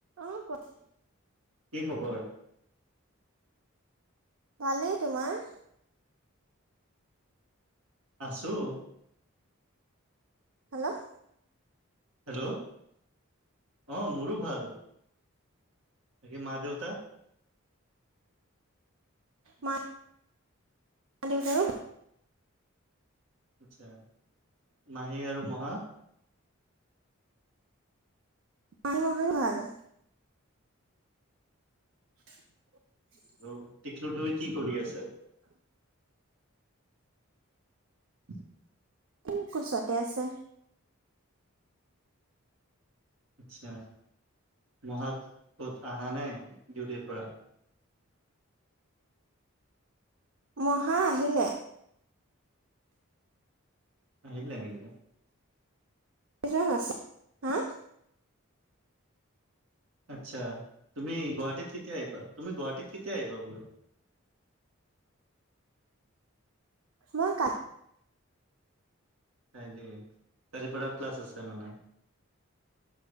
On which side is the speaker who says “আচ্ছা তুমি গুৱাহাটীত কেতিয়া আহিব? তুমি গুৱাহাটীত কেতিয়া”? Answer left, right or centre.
Right